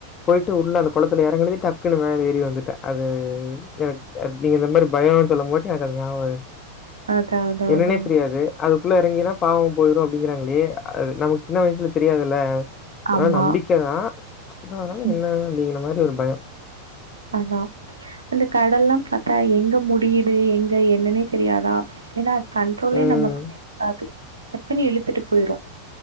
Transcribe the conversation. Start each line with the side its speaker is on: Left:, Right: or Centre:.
Left: போயிட்டு உள்ள அந்த குளத்துல இறங்கனதையு டக்குன்னு மேலே ஏறி வந்துட்டே அது எனக்கு நீங்க இந்த மாரி பயம்னு சொல்லும்போ காட்டியு எனக்கு அது ஞாபகம் இருக்குது
Right: அதா அதா
Left: என்னன்னே
Right: அதா
Left: தெரியாது அது குள்ள எறங்கினா பாவம் போயிரும் அப்டிங்கிறாங்களே அது நமக்கு சின்ன வய்சுல தெரியாதுல்ல அதனால
Right: ஆமா
Left: நம்பிக்க தா அதனால
Right: ம்
Left: என்ன அப்டிங்கிற மாரி ஒரு பயம்
Right: அதா அந்த கடல்லா பார்த்தா எங்க முடியுது எங்க என்னன்னே தெரியாதா ஏனா கண்ட்ரோலே
Left: ம்
Right: நம கக்காது டக்குனு இழுத்துட்டு போயிரு